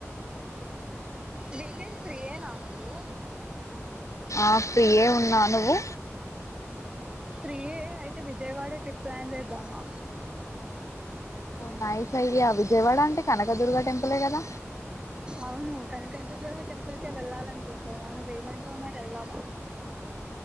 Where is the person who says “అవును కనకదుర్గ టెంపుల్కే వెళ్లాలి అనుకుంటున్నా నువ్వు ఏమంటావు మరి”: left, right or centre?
Right